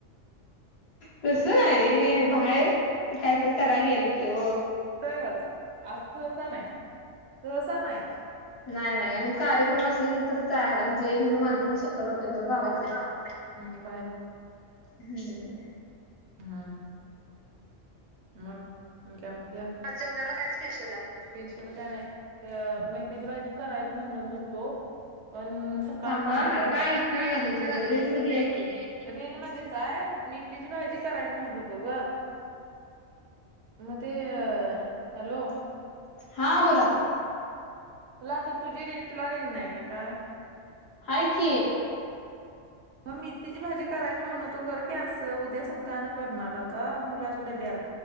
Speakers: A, on the left; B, on the right.
A: तस नाही बाहेर. कायतरी का राग येल किव.
B: तरच आज तसा नाही तहसा नाही.
A: नाही नाही आणि कार्यक्रम असलं की तर जायला म्हणजे मी माझं मी स्वतः. आ जो ख गावात
B: ते खरं
A: नाही
B: हम्म
A: हम्म.
B: हा हा. मग आणि काय म्हणते जेवणाला काय स्पेशल आहे. स्पेश काय नाही मग तची बाजी करायची म्हेणत होतो. पण अस कान
A: थांबा
B: करणारड
A: ऐकू
B: काय
A: येईना झालंय
B: कि
A: तुमचं
B: नाही झाले
A: रेंज
B: तुम
A: मध्ये
B: रे
A: या
B: म.
A: की.
B: रेंज मध्येचय मीठची भाजी करायची म्हणत होतो ग. मत अ हॅलो.
A: हां बोला.
B: तुला तर तुझी रे तुला रे नाही काय.
A: हाय क.
B: मी तिची भाजी करायची म्हण तो खर कीस उद्या सक्कान करणार आता मुलाच्या डब्याला.